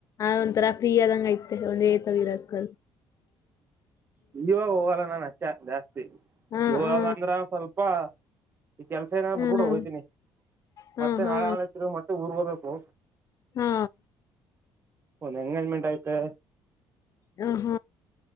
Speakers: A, on the left; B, on the right.
A: ಆಗ ಒಂತರ ಫ್ರೀ ಆದಂಗ ಆಯ್ತ ಒಂದೇ ತ ಇರದು
B: ಇವಾಗ ಹೋಗಲ್ಲ ನಾನ್ ಅಷ್ಟ ಜಾಸ್ತಿ
A: ಹಾ
B: ಇವಾಗ
A: ಹಾ
B: ಅಂದ್ರ ಸ್ವಲ್ಪ್ ಈ ಕೆಲ್ಸ ಏನಾದಾರ
A: ಹ್ಮ್
B: ಬಿಟ್ಬಿಡ್ರೆ ಹೋಗಯ್ತೀನಿ
A: ಹಾ
B: ಮತ್ತೆ
A: ಹಾ
B: ನಾಳೆ ನಾಡಿದ್ದು ತಿರಗ ಮತ್ತೆ ಊರ್ ಹೋಬೇಕು
A: ಹಾ
B: ಹ ಒಂದು ಎಂಗೇಜ್ಮೆಂಟ್ ಐತೆ
A: ಹ ಹ